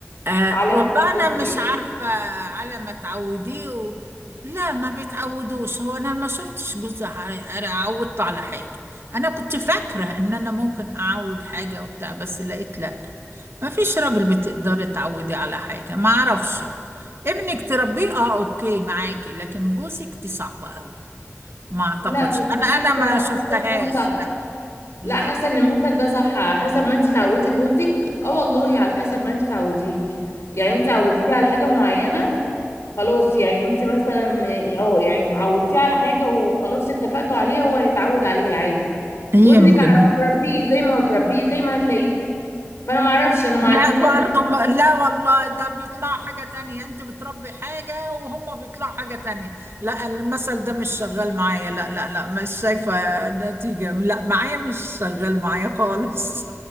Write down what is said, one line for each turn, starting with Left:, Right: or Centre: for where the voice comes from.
Right: آه
Left: على
Right: والله
Left: ما
Right: انا
Left: تعوديه
Right: مش عارفه على ما تعوديه و... لا ما بيتعودوش هو انا ما شفتش جوزي ع- عودته على حاجه انا كنت فاكره ان انا ممكن اعود حاجه وبتاع بس لقيت لا ما فيش راجل بتقدري تعودي على حاجه ما اعرفش ابنك تربيه اه اوكي معاكي لكن جوزك دي صعبه قوي ما اعتقدش
Left: لا بس
Right: انا انا
Left: حاسه
Right: ما
Left: حاسه
Right: شفتهاش
Left: ان هو صح
Right: لا لا
Left: لا حاسه ان المثل ده صح على حسب ما انت تعودي جوزك اه والله على حسب ما انت تعوديه يعني انت عودتيه على حاجه معينه خلاص يعني انت مثلا اه آه، يعني عودتيه على حاجه وخلاص اتفقتوا عليها هو هيتعود عليها عادي
Right: يمكن
Left: وابنك على ما تربيه زي ما هتربيه زي ما هتلاقيه فانا ما اعرفش انا مع
Right: لا
Left: المثل
Right: برضو
Left: ده
Right: ما لا والله ده بيطلع حاجة تانية انت بتربي حاجة وهم بيطلعوا حاجة تانية لا المثل ده مش شغال معايا لا لا لا مش شايفة نتيجة لا معايا مش شغال معايا خالص